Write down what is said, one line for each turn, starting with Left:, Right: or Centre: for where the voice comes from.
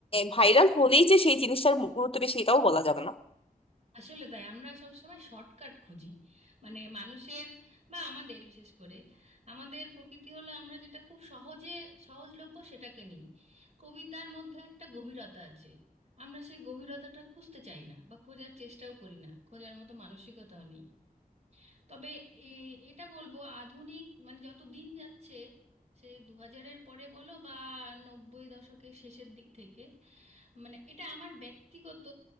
Left: ভাইরাল হলেই যে সেই জিনিসটার গুরুত্ব বেশি এটাও বলা যাবে না
Right: আসলে তাই আমরা সব সময় শর্টকাট খুঁজি মানে মানুষের বা আমাদের বিশেষ করে আমাদের প্রকৃতি হলো আমরা যেটা খুব সহজে সহজলভ্য সেটাকে নিই কবিতার মধ্যে একটা গভীরতা আছে আমরা সেই গভীরতাটা খুঁজতে চাই না বা খোঁজার চেষ্টাও করি না খোঁজার মতো মানসিকতাও নেই তবে এ- এটা বলবো আধুনিক মানে যত দিন যাচ্ছে সে দু হাজারের পরে বলো বা নব্বই দশকের শেষের দিক থেকে মানে এটা আমার ব্যক্তিগত